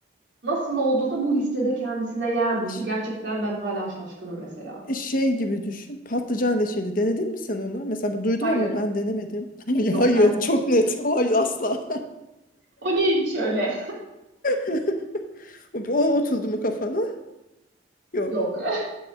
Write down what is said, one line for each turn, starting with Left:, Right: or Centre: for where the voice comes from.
Right: Nasıl oldu da bu listede kendisine yer buldu?
Left: Ş-
Right: Gerçekten ben hala şaşkınım mesela.
Left: e, Şey gibi düşün. Patlıcan reçeli denedin mi sen onu? Mesela ben duydum
Right: Hayır,
Left: ama ben denemedim. <laughs> Ya
Right: yok
Left: Hayır,
Right: ben hiç.
Left: çok net. Hayır asla.
Right: O neymiş öyle?
Left: <laughs> O o oturdu mu kafana? Yok.
Right: Yok. <laughs>